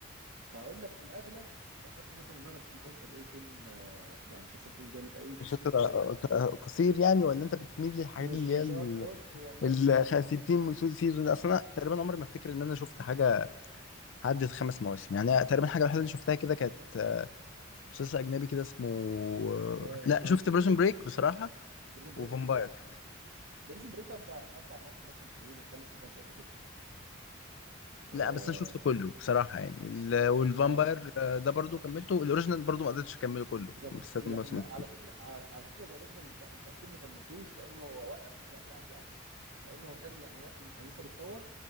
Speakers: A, on the right; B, on the left.
A: فهقول لك في الاغلب بحب مثلا ان انا اشوف مسلسل ايه يكون آه، يعني مسلسل يكون جامد قوي بحيث
B: مسلسل
A: ان هو
B: آه،
A: ايه
B: آه، قصير يعني ولا انت بتميل للحاجات
A: مش
B: اللي هي ال
A: شر بص والله
B: ال
A: مش جيب
B: 60 سيزون اصلا انا تقريبا عمري ما افتكر ان انا شفت حاجه عدت خمس مواسم يعني تقريبا الحاجه الوحيده اللي شفتها كده كانت آه، مسلسل اجنبي كده اسمه آه،
A: ذا فامباير
B: لا
A: دايرز
B: شفت بريزون بريك بصراحه
A: بريزون بريك
B: وفامباير
A: بريزون بريك اربع اربع مواسم بس اللي حلوين الخامس ما كانش قد كده اه
B: لا بس انا شفته كله بصراحه يعني ال- والفامباير
A: آه.
B: آه، ده برضو كملته الاوريجينال برضو ما قدرتش اكمله كله
A: زف...
B: بسبب
A: لا,
B: المواسم
A: لا
B: كتير
A: على فكره على, على فكره ذا اوريجينال انت انت اكيد ما كملتوش لانه هو وقف يعني يعني لانه هو كان يعني وق... كان لسه بتصور